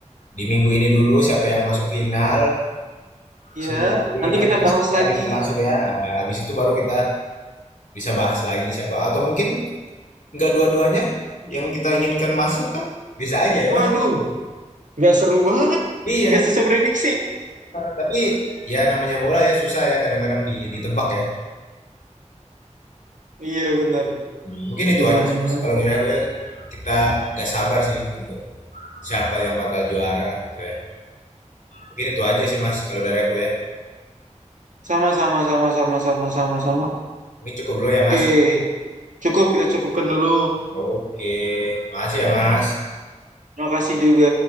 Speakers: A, on the left; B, on the right.
A: di minggu ini dulu siapa yang masuk final.
B: Ya,
A: Semoga dari
B: nanti
A: masing-masing
B: kita bahas
A: kita
B: lagi.
A: bisa masuk ya. Eh, Habis itu baru kita bisa bahas lagi siapa atau mungkin nggak dua-duanya yang kita inginkan masuk kan bisa
B: <laughs>
A: aja ya
B: Waduh.
A: Mas.
B: Gak seru banget.
A: Iya,
B: Gak sesuai prediksi.
A: tapi ya namanya bola ya susah ya kadang-kadang di- ditebak ya.
B: Iya benar.
A: Hmm, Mungkin itu
B: Di
A: aja
B: mana?
A: sih Mas kalau dari aku ya kita gak sabar sih untuk siapa yang bakal juara gitu ya. Mungkin itu aja sih Mas kalau dari aku ya.
B: Sama sama sama sama sama sama sama.
A: Mungkin cukup dulu ya
B: Oke,
A: Mas.
B: cukup kita cukupkan dulu.
A: Oke, makasih ya Mas.
B: Terima kasih juga.